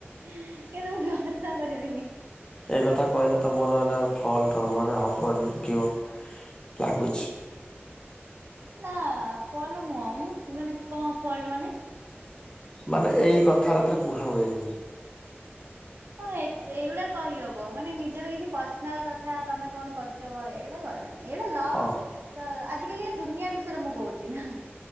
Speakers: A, on the right (about 60°); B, on the left (about 20°).
A: କିନ୍ତୁ ମୁଁ ଭରସା କରିବିନି।
B: ଏଇ କଥା କହିଲେ ତ ମୋର ଏଇରା ଫଲ୍ଟ ହବ ନା ହବନି କି ଓ ଲାଗୁଛି।
A: ନା, ଫଲ୍ଟ ନୁହଁ। ମୁଁ ମାନେ କଣ ଫଲ୍ଟ ମାନେ?
B: ମାନେ ଏଇ କଥାରଥିରେ କୁହା ହୁଏନି।
A: ହଁ ଏଇଟ ଏଇଗୁଡା କହିହବ। ମାନେ ନିଜର କିଛି ପର୍ସନାଲ କଥା ତମେ କଣ କରୁଚ କହ, ଏଗୁଡା କହିବନି। ଏଇଡା ଲଭ
B: ଅ
A: ତ ଆଜିକାଲିକା ଦୁନିଆ ବିଷୟରେ ମୁଁ କହୁଛି ନା।